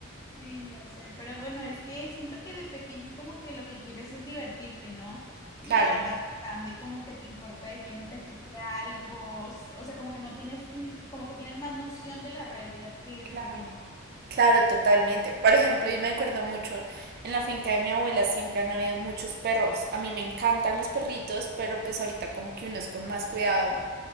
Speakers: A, on the left (about 15°); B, on the right (about 45°).
A: Sí, yo sé, pero bueno, es que siento que de pequeño como que lo que quieres es divertirte, ¿no?
B: Claro,
A: Y ahora de grande como que te importa de que no te pique algo, s- o sea, como que no tienes, mm, como que tienes más noción de la realidad que
B: claro,
A: de pequeño.
B: claro, totalmente. Por ejemplo, yo me acuerdo mucho, en la finca de mi abuela siempre han habido muchos perros. A mí me encantan los perritos, pero pues ahorita como que uno es con más cuidado.